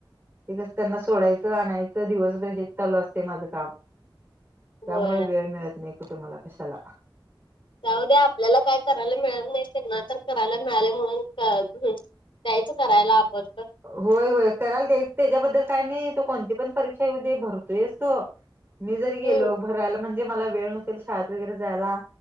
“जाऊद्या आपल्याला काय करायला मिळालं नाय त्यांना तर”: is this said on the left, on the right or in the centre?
Left